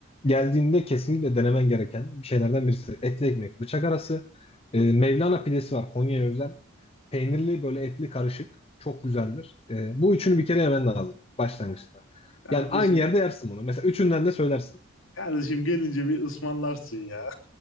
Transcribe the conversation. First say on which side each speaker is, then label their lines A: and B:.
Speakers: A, on the left; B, on the left.
A: geldiğinde kesinlikle denemen gereken şeylerden birisi. Etli ekmek, bıçak arası. E, Mevlana pidesi var. Konya'ya özel. Peynirli böyle etli karışık. Çok güzeldir. Ee, bu üçünü bir kere yemen lazım başlangıçta.
B: kardeşim,
A: Yani aynı yerde yersin bunu. Mesela üçünden de söylersin.
B: kardeşim gelince bir ısmarlarsın ya.